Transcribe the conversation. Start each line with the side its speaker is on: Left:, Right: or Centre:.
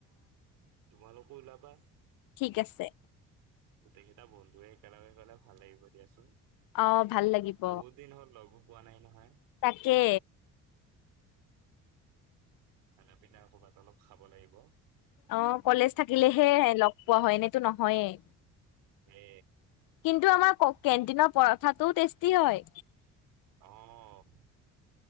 Right: তোমালোক। আকৌ ওলাবা
Left: ঠিক আছে।
Right: গোটেইকেইটাাৰ বন্ধুৱে একেলগে গলে ভাল লাগিব দিয়াচোন।
Left: অ ভাল লাগিব
Right: বহুত দিন হ'ল লগো পোৱা নাই নহয়।
Left: তাকে।
Right: খানা পিনা কৰ'বাত অলপ খাব লাগিব।
Left: অঁ কলেজ থাকিলেহে লগ পোৱা হয় এনেইতো নহয় নহয়েই
Right: এ
Left: কিন্তু আমাৰ কওক কেণ্টিনৰ পৰঠাটোও টেষ্টি হয়
Right: অ'